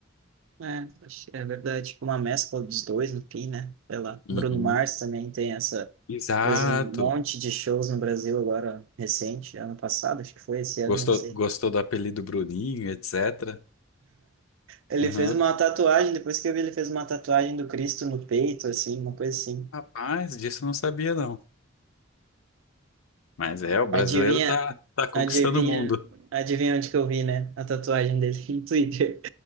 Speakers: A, on the right; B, on the left.
A: é, acho- é verdade, tipo, uma mescla dos dois no fim, né? Sei lá, Bruno
B: Uhum.
A: Mars também tem essa
B: Exato.
A: Fez um monte de shows no Brasil agora, recente, ano passado, acho que foi esse ano,
B: Gostou,
A: nem sei.
B: gostou do apelido Bruninho, etc.
A: Ele
B: Uhum.
A: fez uma tatuagem, depois que eu vi, ele fez uma tatuagem do Cristo no peito, assim, uma coisa assim.
B: Rapaz, disso eu não sabia, não. Mas é, o brasileiro
A: Adivinha,
B: tá, tá conquistando
A: adivinha,
B: o mundo.
A: adivinha onde que eu vi, né? A tatuagem dele <laughs> no Twitter.